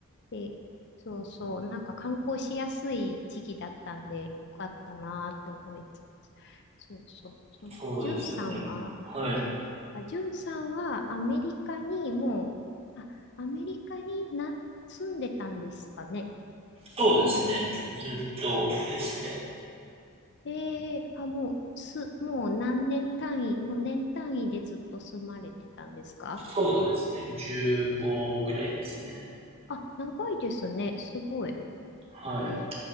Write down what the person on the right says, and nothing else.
そうですよね。はい。
そうですね。ずっとですね。
そうですね。15ぐらいですね。
はい。